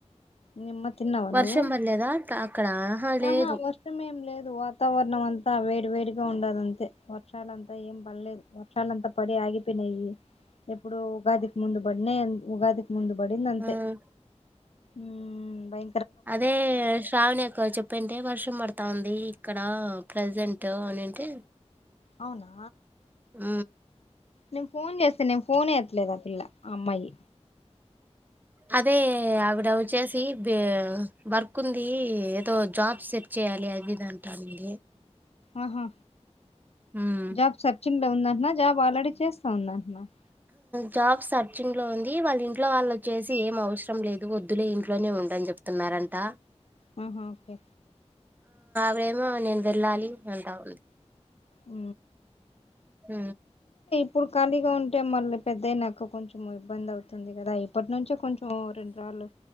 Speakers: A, on the left (about 60°); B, on the right (about 15°).
A: నిమ్మ తిన్నావా
B: వర్షం
A: నువ్వు
B: పడలేదా అక్క అక్కడ లేదు
A: ఆహా వర్షమే ఏం లేదు వాతావరణం అంతా వేడి వేడిగా ఉండదుంతే వర్షాలంతా ఏం పనిలేదు వ చాల అంతా పడి ఆగిపో నయి ఎప్పుడు ఉగాదికి ముందు పడినయి ఉగాదికి ముందు బడిందంతె
B: మ్మ్
A: ఉమ్ బయ
B: అదే శ్రావణి అక్క వ చెప్ ప్పింటే వర్షం పడతా ఉంది ఇక్కడ ప్రెజెంట్ అన్నింటే
A: అవునా
B: ఊ
A: నేను ఫోన్ చేస్తే నేను ఫోనే ఎత్ లేదా పిల్ల అమ్మాయి
B: అదే ఆవిడ వచ్చేసి బే వర్క్ ఉంది ఏదో జాబ్ సెట్ చేయ్యాలి అది ఇది అంటాంది
A: ఆహా
B: ఉమ్
A: జాబ్ సర్చింగ్ లో ఉందట్ న జాబ్ ఆల్రెడీ చేస్తా ఉందా <unintelligible>
B: జాబ్ సర్చింగ్ లో ఉంది వాళ్ళ ఇంట్లో వాళ్ళు వచ్చేసి ఏం అవసరం లేదు వద్దులే ఇంట్లోనే ఉండని జెప్తున్నారంట
A: ఉ హు ఓకే
B: ప్రేమ నేను వెళ్ళాలి అంటా ఉంది
A: ఊ
B: ఊ
A: ఇప్పుడు ఖాళీగా ఉంటే మళ్ళ పెద్దయినాకు కొంచెం ఇబ్బంది అవుతుంది గదా ఇప్పటి నుంచే కొంచెం ఓ రెండు సార్లు